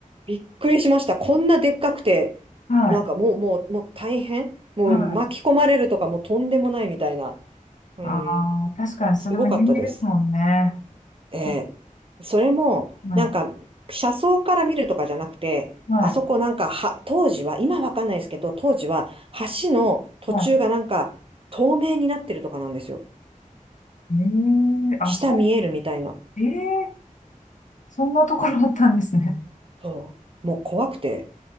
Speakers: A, on the right; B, on the left.
A: びっくりしました。こんなでっかくて、
B: <laughs> はい、
A: なんかもう、もう、もう大変もう巻き込まれるとかもうとんでもないみたいな。
B: はい。
A: うん。
B: ああー、確かにそれも人気ですもんね。
A: すごかったです。えー
B: あ
A: それも、
B: はい、
A: なんか、車窓から見るとかじゃなくて、
B: はい、
A: あそこなんかは、当時は、今わかんないですけど、当時は、橋の途中がなんか、
B: は
A: 透明になってるとかなんですよ。
B: い。ええあ、
A: 下見えるみたいな。
B: そう、ええそんなところだったんですね。
A: そう。もう怖くて、